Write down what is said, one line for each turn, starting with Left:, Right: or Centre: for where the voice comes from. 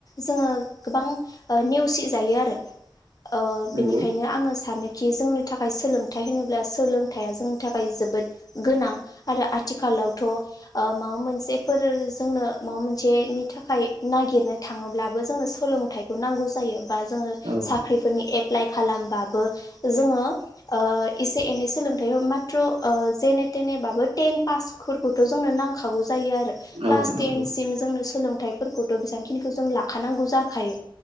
Left: जोङो। गोबां ओ नेवसि जायो आरो ओ बेनिखायनो
Right: नंगौ
Left: आङो सानो खि जोंनि थाखाय सोलोंथाइ होनोब्ला सोलोंथाइया जोंनि थाखाय जोबोद गोनां आरो आथिखाल लावथ'। ओ माबा मोनसेफोर जोंनो माबा मोनसेनि थाखाय नागिरनो थाङोब्लाबो जोंङो सोलों सोलोंथाइखौ नांगौ जायो बा जोङो
Right: औ
Left: साख्रिफोरनि एप्लाइ खालामबाबो जोङो ओ एसे एनै सोलोंथाइ माथ्र' ओ जेने थेनेबाबो टेन पासफोरखौथ' जोंङो जोंनो नांखागौ जायो‌ आरो क्लास
Right: औ
Left: टेनसिम
Right: नंगौ
Left: जोंनो सोलोंथाइफोरखौथ' बेसेबांखिनिखौ जों लाखानांगौ जाखायो